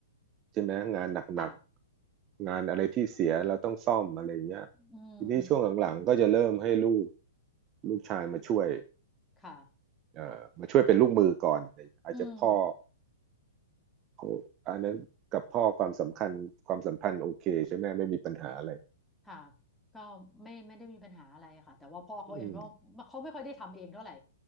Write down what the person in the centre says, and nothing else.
ค่ะอืม
ค่ะ
อืม
ค่ะก็ไม่ไม่ได้มีปัญหาอะไรค่ะแต่ว่าพ่อเขาเองก็เขาไม่ค่อยได้ทำเองเท่าไหร่